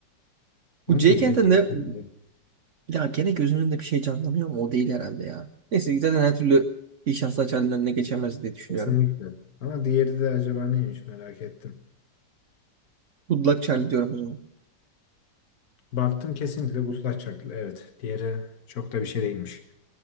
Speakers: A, on the right (about 55°); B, on the left (about 60°).
A: Bu
B: O
A: Jake
B: ne ya?
A: and
B: Jelkenli.
A: the Ne- Ya gene gözümün önünde bir şey canlanıyor ama o değil herhalde ya. Neyse zaten her türlü iyi şanslar Charlie'nin önüne geçemez diye düşünüyorum.
B: Kesinlikle. Ama diğeri de acaba neymiş merak ettim.
A: Good luck Charlie diyorum o zaman.
B: Baktım kesinlikle Gutlaç Çaklı. Evet. Diğeri çok da bir şey değilmiş.